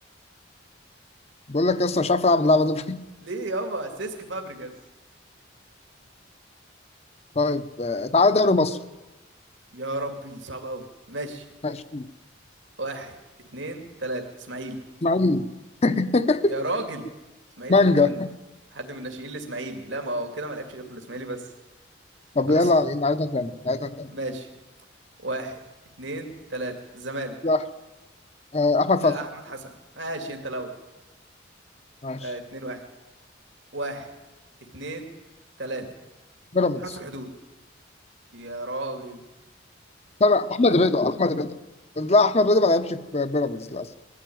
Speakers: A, on the left (about 35°); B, on the right (about 75°).
A: بقول لك اصلا مش عارف العب اللعبه دي <laughs>
B: ليه يابا سيسك فابريجاز
A: طيب آه، تعالى
B: 2-0
A: دوري مصر
B: يا ربي دي صعبة أوي ماشي
A: ماشي
B: واحد اتنين تلاتة اسماعيلي
A: اسماعيلي <laughs>
B: يا راجل اسماعيلي
A: مانجا
B: حد من حد من الناشئين الإسماعيلي لا ما هو كده ما لعبش غير في الإسماعيلي بس
A: طب
B: خلاص
A: يلا نعيدها تاني نعيدها تاني
B: ماشي واحد اتنين تلاتة الزمالك
A: لا آه، احمد
B: آه
A: فتحي
B: أحمد حسن ماشي أنت الأول
A: ماشي
B: آه اتنين واحد واحد اتنين تلاتة
A: بيراميدز
B: حرس الحدود يا راجل
A: لا لا احمد رضا احمد رضا لا احمد رضا ما لعبش في بيراميدز للاسف